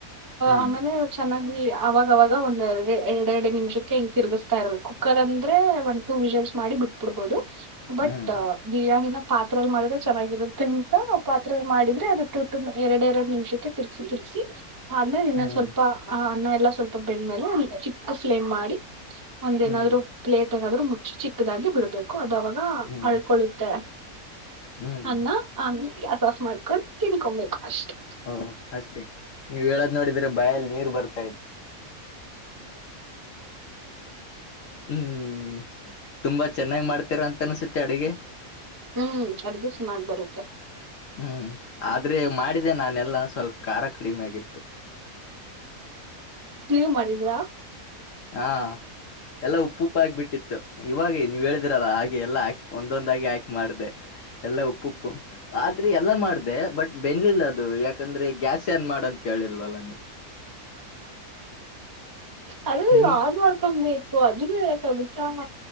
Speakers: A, on the left; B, on the right.
A: ಹ್ಮ್
B: ಆಮೇಲೆ
A: ಹ್ಮ್
B: ಚೆನ್ನಾಗ್ ಅವಾಗವಾಗ ಒಂದ್ ಎರ ಎರಡೆ ಎರಡು ನಿಮಿಷಕ್ಕೆ ಹ ತಿರುಗಿಸ್ತಾ ಇರ್ಬೇಕು ಕರ್ ಅಂದ್ರೆ ಒನ್ ಟೂ ವಿಜಲ್ಸ್ ಮಾಡಿ ಬಿಟ್ಬಿಡ್ಬಹದು
A: ಹ್ಮ್
B: ಬಟ್ ಬಿರಿಯಾನಿನ ಪಾತ್ರರೆಲ್ ಮಾಡಿದ್ರೆ ಚೆನ್ನಾಗಿರುತ್ತೆ ಅಂತ ಪಾತ್ರರೆಲ್ ಮಾಡಿದ್ರೆ ಅದಕ್ಕೆ ತುಂಬ ಎರಡ್ ಎರಡ್ ನಿಮಿಷಕ್ಕೆ ತಿರ್ಸಿ ತಿರ್ಸಿ ್ಮೇಲೆ ಇನ್ನೊಂದು
A: ಹ್ಮ್
B: ಸ್ವಲ್ಪ
A: ಹ್ಮ್
B: ಆ ಅನ್ನ ಎಲ್ಲ ಸ್ವಲ್ಪ ಬೆಂದ್ಮೇಲೆ ಚಿಕ್ಕ ಫ್ಲೇಮ್ ಮಾಡಿ ಒಂದೇಏನಾದ್ರು
A: ಹ್ಮ್
B: ಪ್ಲೇಟ್ ಏನಾದ್ರು ಮುಚ್ಚಿ ಚಿಕ್ಕದಾಗಿ ಬಿಡ್ಬೇಕು ಅದುವಾಗ
A: ಹ್ಮ್
B: ಅಳ್ಕೊಳ್ಳುತ್ತೆ
A: ಹ್ಮ್
B: ಅನ್ನ ಆಮೇಲೆ ಗ್ಯಾಸ್ ಆಫ್ ಮಾಡ್ಕೊಂಡು ತಿನ್ಕೊಬೇಕು ಅಷ್ಟು
A: ಹ ಅಷ್ಟೇ ನೀವ್ ಹೇಳದ್ ನೋಡಿದ್ರೆ ಬಯಲ್ ನೀರ್ ಬರ್ತಾ ಇಲ್ ಹ್ಮ್ ತುಂಬಾ ಚೆನ್ನಾಗಿ್ ಮಾಡ್ತೀರ ಅಂತ ಅನ್ಸುತ್ತೆ ಅಡುಗೆ
B: ಹ್ಮ್ ಅದ ದಿವಸ ಮಾಡಿ ಬರುತ್ತೆ
A: ಹ್ಮ್ ಆದ್ರೆ ಮಾಡಿದೆ ನಾನೆಲ್ಲಾ ಸ್ವಲ್ಪ ಖಾರ ಕಡಿಮೆ ಆಗಿತ್ತು
B: ನೀವು ಮಾಡಿದ್ರ
A: ಹಾ ಎಲ್ಲಾ ಉಪ್ಪ ಉಪ್ಪ ಆಗ್ಬಿಟ್ಟಿತ್ತು ಇವಾಗ ನೀವ್ ಹೇಳಿದಿ್ರಲ್ಲ ಹಾಗೆ ಎಲ್ಲ ಹಾ ಒಂದೊಂದಾಗಿ ಆಾಕೆ ಮಾಡ್ದೆ ಎಲ್ಲಾ ಉಪ್ಪು ಉಪ್ಪು ಆದ್ರೆ ಎಲ್ಲಾ ಮಾಡ್ದ ಬಟ್ ಬೆಂದಲಿಲ್ಲ ಅದು ಯಾಕಂದ್ರೆ ಗ್ಯಾಸ್ ಏನ್ ಮಾಡ ಅಂತ ಕಿಲ್ವಲ್ಲ ನೀವು
B: ಅದು
A: ಹ್ಮ್
B: ಯ್ ಮಾಡ್ಕೊಬೇಕು ಅದ ಕಗಿತಾಮ